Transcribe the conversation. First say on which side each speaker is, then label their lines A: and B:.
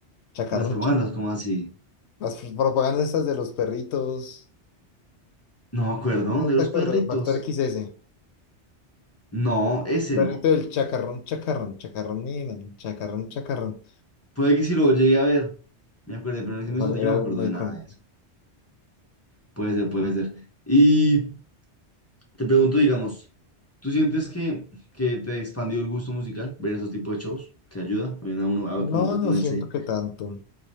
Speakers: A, on the left; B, on the left.
A: Chacarrón,
B: las propagandas,
A: chacarrón.
B: como así?
A: Las pro- propagandas estas de los perritos.
B: No me acuerdo,
A: No,
B: ¿no? de
A: no
B: los
A: te acuerdas,
B: perritos.
A: Factor X XS.
B: No, ese
A: Perrito
B: no.
A: del chacarrón, chacarrón, chacarrón, mira, chacarrón, chacarrón.
B: Puede que si lo llegué a ver, me acuerde, pero en ese
A: Eso
B: mismo instante
A: Era
B: yo no
A: algo
B: me acuerdo
A: muy
B: de
A: icónico.
B: nada de eso. Puede ser, puede ser. Y... Te pregunto, digamos, ¿tú sientes que, que te expandió el gusto musical? Ver esos tipos de shows que ayuda también a uno a
A: No,
B: como entretenerse.
A: no siento que tanto.